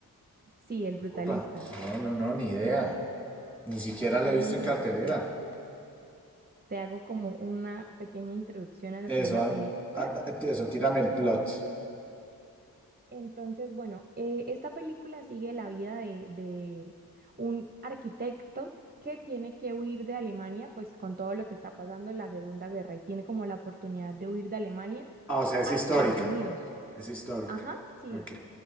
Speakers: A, on the right; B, in the centre.
A: Sí, El Brutalista.
B: Opa, no, no, no, ni idea. Ni siquiera
A: Ven,
B: la he visto
A: entonces,
B: en cartelera.
A: te hago como una pequeña introducción a lo que
B: Eso,
A: es la película.
B: ah, ah, eso, tírame el plot.
A: Entonces, bueno, eh, esta película sigue la vida de, de un arquitecto que tiene que huir de Alemania, pues con todo lo que está pasando en la Segunda Guerra y tiene como la oportunidad de huir de Alemania
B: Ah, o sea, es
A: a
B: histórica.
A: Estados Unidos.
B: Es histórica.
A: Ajá, sí,
B: Ok.